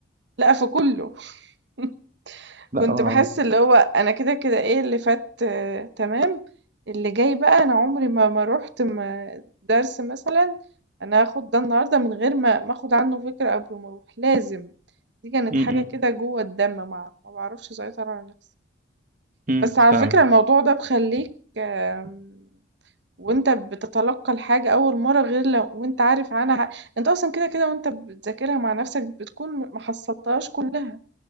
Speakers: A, on the right (about 65°); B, on the right (about 40°).
A: لأ في كله <laughs>
B: لا
A: كنت
B: ما-
A: باحس اللي هو أنا كده، كده إيه اللي فات آه، تمام، اللي جاي بقى أنا عمري ما ما رُحت ما درس مثلًا أنا هاخد ده النهارده من غير ما ما آخد عنه فكرة قبل ما أروح، لازم. دي كانت
B: م-
A: حاجة
B: م.
A: كده جوّه الدم ما ما باعرفش أسيطر على نفسي.
B: امم
A: بس على
B: فاهم
A: فكرة الموضوع ده بيخلّيك آمم، وأنت بتتلقّى الحاجة أول مرّة غير لو وأنت عارف عنها ح أنت أصلًا كده، كده وأنت بتذاكرها مع نَفْسك بتكون ما حصّلتهاش كُلّها،